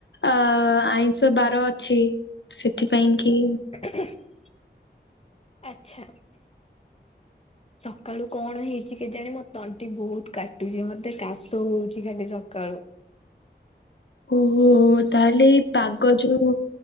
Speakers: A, on the left; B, on the left.
A: ଅ ଆଇଁଷ ବାର ଅଛି। ସେଥିପାଇଁ କି
B: <unintelligible> ଆଚ୍ଛା।
A: <unintelligible>
B: ସକାଳୁ କଣ ହେଇଚି କେଜାଣି ମୋ ତଣ୍ଟି ବୋହୁତ କାଟୁଚି ମତେ କାଶ ହୋଉଚି ଖାଲି ସକାଳୁ।
A: ଓହୋ ତାହେଲେ ଏଇ ପାଗ ଯୋଉ